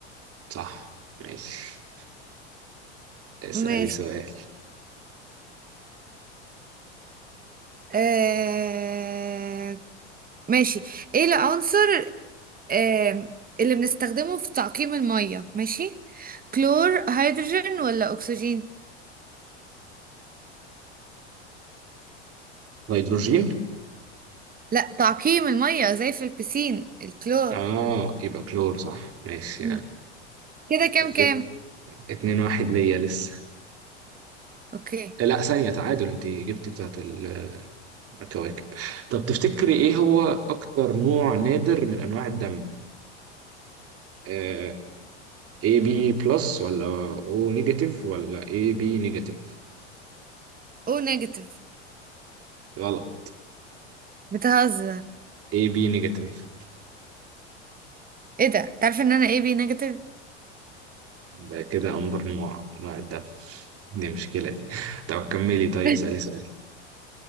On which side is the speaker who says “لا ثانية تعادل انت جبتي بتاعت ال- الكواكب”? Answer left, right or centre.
Right